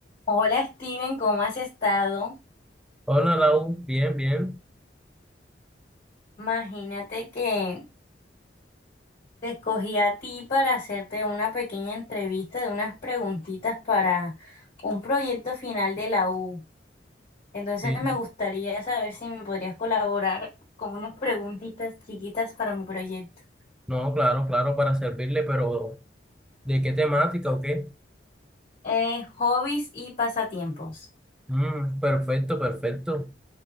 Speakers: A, on the left; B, in the centre.
A: Hola Steven, ¿cómo has estado?
B: Hola, Lau. Bien, bien.
A: Imagínate que te escogí a ti para hacerte una pequeña entrevista de unas preguntitas para un proyecto final de la U. Entonces
B: Sí.
A: me gustaría saber si me podrías colaborar con unas preguntitas chiquitas para mi proyecto.
B: No, claro, claro, para servirle, pero ¿de qué temática o qué?
A: Eh, hobbies y pasatiempos.
B: Mm, perfecto, perfecto.